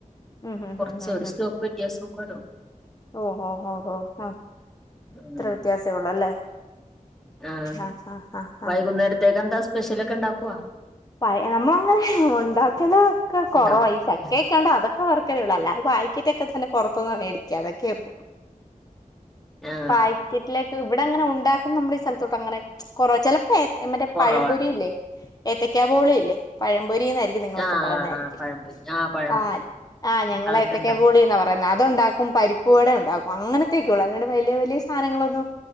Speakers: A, on the left; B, in the centre.
A: ഉം ഉം
B: കൊറച്ച്
A: ഉം ഉം
B: ഒരു
A: ഉം
B: സ്റ്റോപ്പ് വ്യത്യാസക്കരും
A: ഓ ഓ ഓ ഹോ ആ
B: ഉം
A: ഇത്ര വ്യത്യാസേ ഉള്ളു അല്ലേ
B: ആ
A: ആഹ് ആഹ് ആഹ്
B: വൈകുന്നേരത്തേക്കെ
A: ആഹ്
B: എന്താ സ്പെഷ്യലൊക്കെ ഉണ്ടാക്കുവ
A: പ നമ്മള അങ്ങനെ ഉണ്ടാക്കല ഒക്കെ കുറവ
B: ഉണ്ടാക്കും
A: ഈ ചക്കൊക്കൊണ്ട് അതൊക്കെ വ ള്ളല്ല അ വായിക്കിട്ടൊക്കെ തന്നെ പുറത്തൊന്ന് മേടിക്ക അതൊക്കെ ഉള്ളു
B: ആ
A: പായ്റ്റിലേക്കെ ഇവിടെ അങ്ങനെ ഉണ്ടാക്കുന്ന നമ്മുടെ ഈ സ്ഥലത്തോട്ട് അങ്ങനെ കൊറ ചിലപ്പോ മറ്റേ
B: കുറവാണ്
A: പഴമ്പൊരി ഇല്ലേ ഏത്തക്കാബോളി ഇല്ലേ പഴ പരീന്നാരിക്കും നിങ്ങളൊക്കെ
B: ആ
A: പറന്നാരിക്കും
B: ആ പഴംപൊരി പഴംപൊരി
A: ആ ആ ഞങ്ങളെ
B: അതൊക്കെ
A: ഏത്തക്കാ
B: ഉണ്ടാക്കും
A: ബോളീന്നാ പറയ്ന്നെ അ അത്ണ്ടാക്കും പരിപ്പ് വട ഉണ്ടാക്കും അങ്ങനത്തൊക്കെ ഉള്ളൂ അല്ലാണ്ട് വലിയ വലിയ സാധനങ്ങളൊന്നും